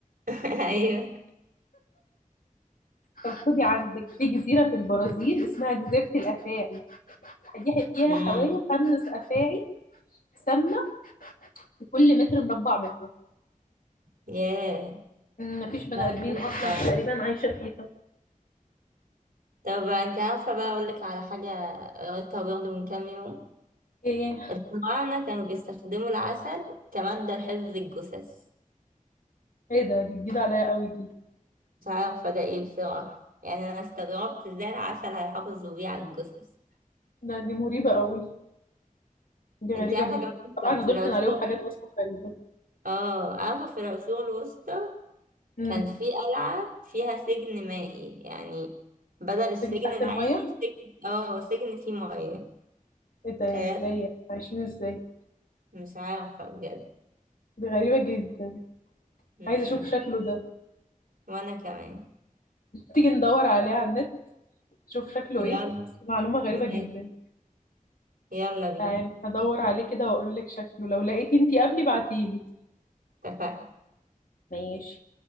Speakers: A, on the right; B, on the left.
A: <laughs> ايوه
B: طب خدي عندك في جزيرة في البرازيل اسمها جزيرة الأفاعي دي فيها
A: امم
B: حوالي خمس أفاعي سامة في كل متر مربع منها
A: يا
B: مم، مفيش بني
A: لا
B: آدمين
A: ما كنتش
B: أصلا
A: اعرف
B: تقريبا عايشة فيها
A: طب انت عارفة بقى اقول لك على حاجة قريتها برضه من كام يوم
B: إيه
A: الفراعنة كانوا بيستخدموا العسل كمادة لحفظ الجثث
B: إيه ده دي جديدة عليا قوي دي
A: مش عارفة ده ايه بصراحة يعني انا استغربت ازاي العسل هيحافظوا بيه على الجثث
B: لا دي مريبة قوي دي غريبة
A: انت عارفة
B: جدا
A: كمان
B: طبعا
A: في في
B: دول
A: العصور
B: كان عليهم حاجات أصلا غريبة
A: اه عارفة في العصور الوسطى
B: امم
A: كان في قلعة فيها سجن مائي يعني بدل السجن
B: سجن تحت
A: العادي
B: المية
A: سجن اه سجن فيه مياه
B: إيه
A: تخيل
B: ده إزاي يعني؟ عايشين إزاي
A: مش عارفة بجد
B: دي غريبة جدا
A: مم.
B: عايزة أشوف شكله ده
A: وانا كمان
B: تيجي ندور عليه على النت نشوف شكله
A: يلا
B: إيه بس معلومة غريبة
A: ماشي.
B: جدا
A: يلا بينا
B: تعالي هدور عليه كده وأقول لك شكله لو لقيتي أنتي قبلي بعتيلي
A: اتفقنا
B: ماشي